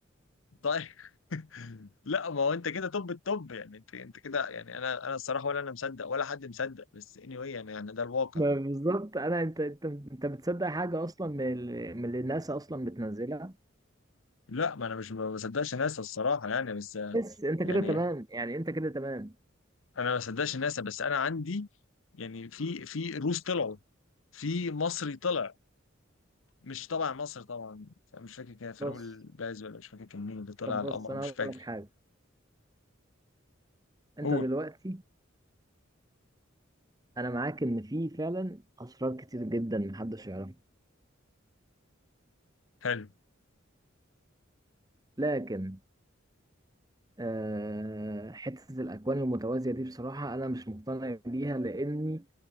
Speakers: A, on the left; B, on the right.
A: طيب <laughs> لا ما هو انت كده طب الطب يعني انت انت كده يعني انا انا الصراحه ولا انا مصدق ولا حد مصدق بس anyway يعني يعني ده الواقع
B: ما بالظبط انا انت انت انت بتصدق حاجه اصلا من ال- من اللي الناس اصلا بتنزلها
A: لا ما انا مش ما بصدقش ناسا الصراحه يعني بس
B: بس انت
A: يعني
B: كده تمام يعني انت كده تمام
A: انا ما بصدقش ناسا بس انا عندي يعني في في روس طلعوا في مصري طلع مش طبعا مصر طبعا مش فاكر كان فاروق
B: بص
A: الباز ولا مش فاكر كان مين اللي طلع
B: طب
A: على
B: بص
A: القمر
B: انا
A: مش
B: هقول
A: فاكر
B: لك حاجه انت
A: قول
B: دلوقتي انا معاك ان في فعلا اسرار كتير جدا محدش يعرفها
A: حلو
B: لكن آه، حتة الأكوان المتوازية دي بصراحة أنا مش مقتنع بيها لأني